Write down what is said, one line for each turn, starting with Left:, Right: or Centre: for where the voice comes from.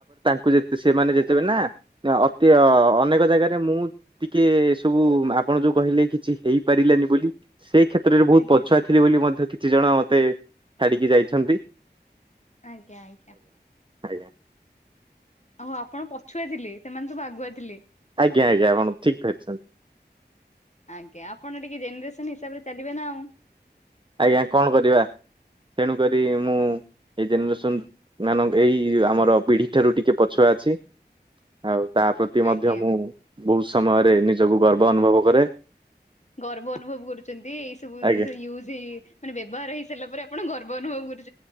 Right: କୁ ଜେତେ ସେମାନେ ଯେତେବେ ନା ଅ ଅତି ଅ-ଅନେକ ଜାଗାରେ ମୁଁ ଟିକେ ସବୁ ଆ ପଣ ଯୋଉ କହିଲେ କିଛି ହେଇପାରିଲାନି ବୋଲି । ସେ କ୍ଷେତ୍ରରେ ବହୁତ
Left: ଆଜ୍ଞା
Right: ପଛୁଆ ଥିଲି ବୋଲି ମଧ୍ୟ କିଛି ଜଣ ମତେ ଛାଡିକି ଯାଇଛନ୍ତି ।
Left: ଆଜ୍ଞା ଆଜ୍ଞା ।
Right: ଆଜ୍ଞା ।
Left: ଓହୋ ଆପଣ ପଛୁଆ ଥିଲି ସେମାନେ ସବୁ ଆଗୁଆ ଥିଲି?
Right: ଆଜ୍ଞା ଆଜ୍ଞା ଏପଣ ଠିକ ଧରଛନ୍ତି ।
Left: ଆଜ୍ଞା ଆପଣ ଟିକେ ଜେନେରେସନ ହିସାବରେ ଚାଲିବେ ନା ଆଉ ।
Right: ଆଜ୍ଞା କଣ କରିବା ତେଣୁ କରି ମୁଁ ଏଇ ଜେନେରେସନ ମାନଙ୍କ ଏଇ ଆମର ପିଢ଼ି ଠାରୁ ଟିକେ ପଛୁଆ ଅଛି ଆଉ ତା ପ୍ରତି ମଧ୍ୟ
Left: ଆଜ୍ଞା
Right: ମୁଁ ବହୁତ ସମୟରେ ନିଜକୁ ଗର୍ବ ଅନୁଭବ କରେ ।
Left: ଗର୍ବ ଅନୁଭବ କରୁଛନ୍ତି ଏଇ ସବୁ
Right: ଆଜ୍ଞା।
Left: ଜିନିଷ ୟୁଜ ହେଇ ମାନେ ବ୍ୟବହାର ହେଇସାରିଲା ପରେ ଆପଣ ଗର୍ବ ଅନୁଭବ କରୁଛନ୍ତି